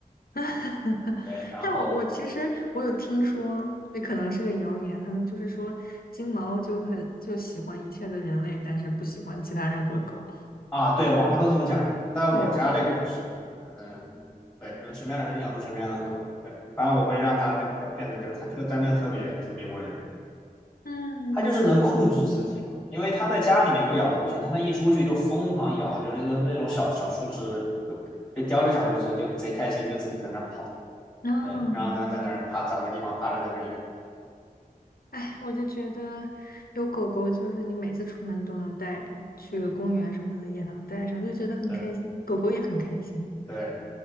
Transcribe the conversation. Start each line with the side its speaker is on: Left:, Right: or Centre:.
Left: <laughs>
Centre: 对，然后
Left: 但我我其实我有听说，那可能是个谣言，他们就是说金毛就很就喜欢一切的人类，但是不喜欢其他任何狗。<laughs>
Centre: 啊，对，网上都这么讲的，但我家这个不是，
Left: 对，
Centre: 可能对，可能什么样的人养出什么样的狗，对，反正我会让它变变得就它特真的特别特别温柔，
Left: 嗯，
Centre: 它就是能控制自己嘛，因为它在家里面不咬东西，但它一出去就疯狂咬，就是那种那种小小树枝，就就叼着小树枝就贼开心，就自己在那儿跑，
Left: 哦，
Centre: 对，然后然后在那儿趴找个地方趴着在那儿咬，
Left: 哎，我就觉得有狗狗，就是你每次出门都能带着，去个公园什么的也能带上，就觉得很开心，
Centre: 对
Left: 狗狗也很开心
Centre: 对，